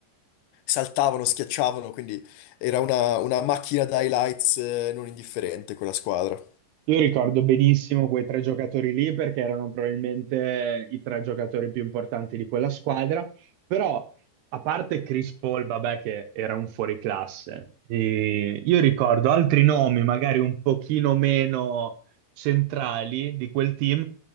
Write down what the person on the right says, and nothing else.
Io ricordo benissimo quei tre giocatori lì perché erano probabilmente i tre giocatori più importanti di quella squadra, però a parte Chris Paul, vabbè, che era un fuoriclasse, e io ricordo altri nomi magari un pochino meno centrali di quel team